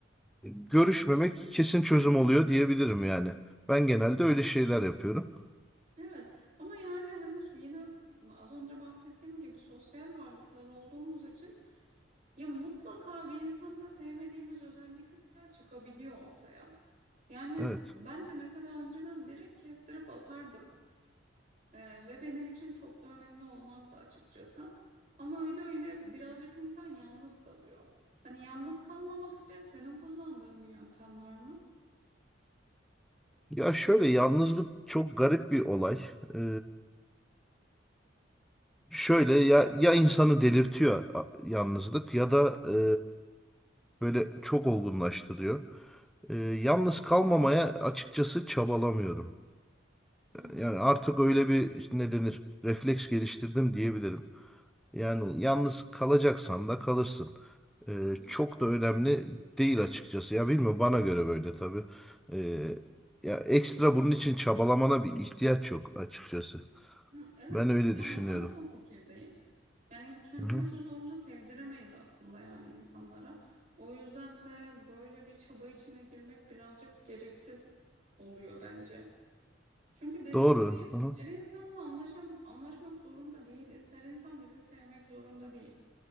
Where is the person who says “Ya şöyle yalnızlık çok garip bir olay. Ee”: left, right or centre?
Centre